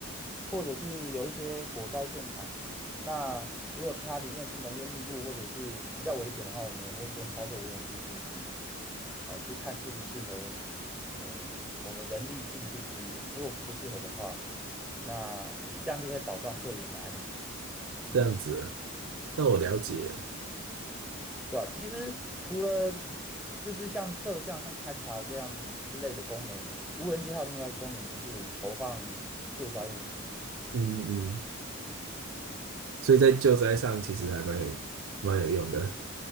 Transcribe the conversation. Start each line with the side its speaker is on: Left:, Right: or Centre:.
Centre: 或者是有一些火灾现场，那如果它里面是浓烟密布或者是比较危险的话，我们也会先操作无人机进去，然后去看适不适合，呃，我们人力进去支援。如果不适合的话，那这样就可以保障队员的安全。嗯，
Right: 这样子哦，那我了解了。
Centre: 对吧？其实除了就是像摄像和勘察这样之类的功能，无人机还有另外一个功能就是投放救灾物资。
Right: 嗯嗯。
Centre: 嗯，
Right: 所以在救灾上其实还蛮有蛮有用的。